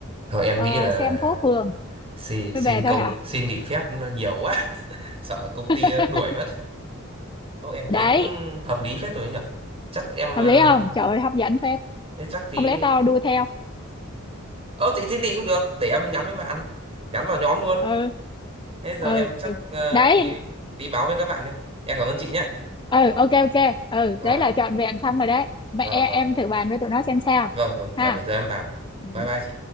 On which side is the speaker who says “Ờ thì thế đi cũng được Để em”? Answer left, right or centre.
Right